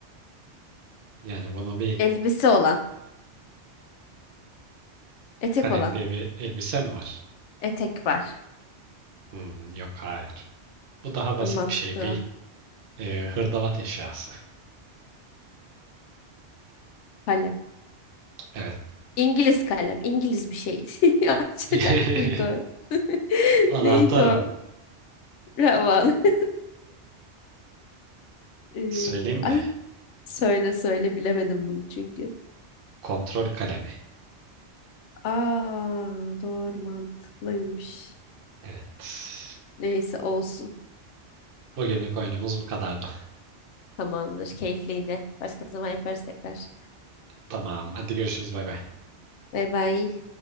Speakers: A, on the right; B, on the left.
A: Yani bunu bir
B: Elbise olan. Etek
A: kalem
B: olan.
A: diye bir elbisem var.
B: Etek var.
A: Hmm, yok hayır. Bu daha basit
B: Mantıklı.
A: bir şey. Bir
B: olan.
A: e, hırdavat eşyası.
B: Kalem.
A: Evet.
B: İngiliz kalem. İngiliz bir şeydi. <laughs> Ya, Açacak
A: <laughs>
B: mıydı? o? <laughs>
A: Anahtar
B: Neydi o?
A: o.
B: Havalı. <laughs> Ee,
A: Söyleyeyim mi?
B: ay söyle söyle bilemedim bunu çünkü.
A: Kontrol kalemi.
B: Aa doğru mantıklıymış.
A: Evet.
B: Neyse olsun.
A: Bugünlük oyunumuz bu kadardı.
B: Tamamdır. Keyifliydi. Başka zaman yaparız tekrar.
A: Tamam. Hadi görüşürüz. Bay bay.
B: Bay bay.